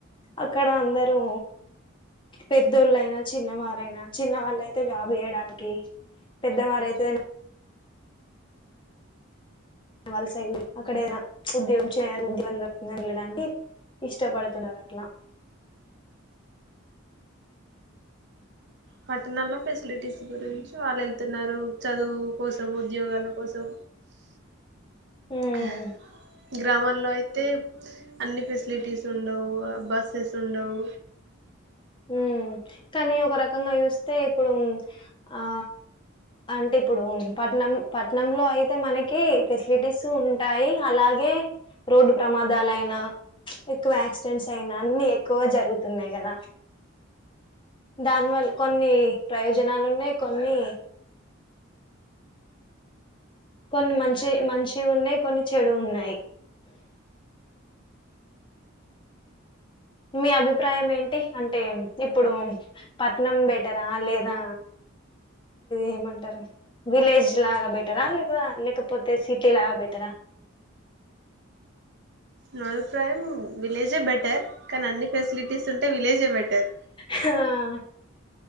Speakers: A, on the left (about 25°); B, on the right (about 55°).
A: అక్కడ అందరూ పెద్దోళ్ళైనా చిన్నవారైనా, చిన్న వాళ్ళయితే జాబ్ చేయడానికి పెద్ద వారయితే ఎడ్ వలస వెళ్ళి అక్కడైనా ఉద్యగం చేయాలని ఏదనా ఉద్యోగం దొరికిందని ఏల్లాడానికి ఇష్టపడుతున్నారు అట్ల
B: పట్టణంలో ఫెసిలిటీస్ గురించి వాల్ వెళ్తున్నారు, చదువు కోసం ఉద్యోగాల కోసం
A: ఉమ్
B: ఆ గ్రామాల్లో అయితే అన్ని ఫెసిలిటీస్ ఉండవ్ బస్సెస్ ఉండవ్
A: ఉమ్ కానీ ఒక రకంగా చూస్తే ఇప్పుడు ఆ అంటే ఇప్పుడు పట్నం పట్నంలో అయితే మనకి ఫెసిలిటీస్ ఉంటాయ్ అలాగే రోడ్డు ప్రమాదాలయినా, ఎక్కువ యాక్సిడెంట్స్ అయినా, అన్ని ఎక్కువ జరుగుతున్నాయ్ కదా. దానివల్ కొన్ని ప్రయోజనాలున్నాయ్ కొన్ని కొన్ని మంచి మంచి ఉన్నాయ్, కొన్ని చెడు ఉన్నాయ్ మీ అభిప్రాయం ఏంటి, అంటే ఇప్పుడు పట్నం బెటర్ ఆ లేదా? ఏమంటరు? విలేజ్ లాగా బెటరా లేక లేకపోతే సిటీ లా బెటరా
B: నా అభిప్రాయం విలేజే బెటర్ కానీ అన్ని ఫెసిలిటీస్ ఉంటే విలేజే బెటర్
A: హ...